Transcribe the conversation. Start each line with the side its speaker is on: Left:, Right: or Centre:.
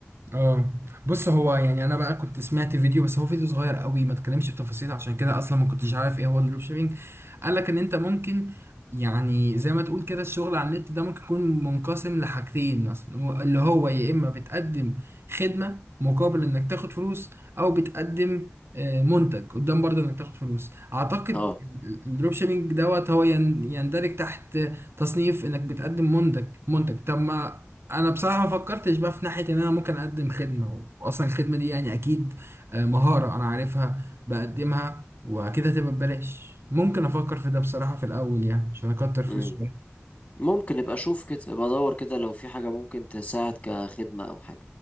Right: اه بص هو يعني انا بقى كنت سمعت فيديو بس هو فيديو صغير قوي ما اتكلمش بتفاصيل عشان كده اصلا ما كنتش عارف ايه هو الدروب شيبينج قال لك ان انت ممكن يعني زي ما تقول كده الشغل على النت ده ممكن يكون منقسم لحاجتين مثلا اللي هو يا اما بتقدم خدمة مقابل انك تاخد فلوس او بتقدم آه، منتج قدام برضه انك تاخد فلوس اعتقد
Left: اه
Right: الدروب شيبينج دوت هو ين- يندرج تحت تصنيف انك بتقدم منتج منتج طب ما انا بصراحه ما فكرتش بقى في ناحيه ان انا ممكن اقدم خدمه واصلا الخدمه دي يعني اكيد آه، مهاره انا عارفها بقدمها واكيد هتبقى ببلاش ممكن افكر في ده بصراحه في الاول يعني عشان اكتر فلوس
Left: امم.
Right: شويه
Left: ممكن ابقى اشوف كده ابقى ادور كده لو في حاجة ممكن تساعد كخدمة او حاجة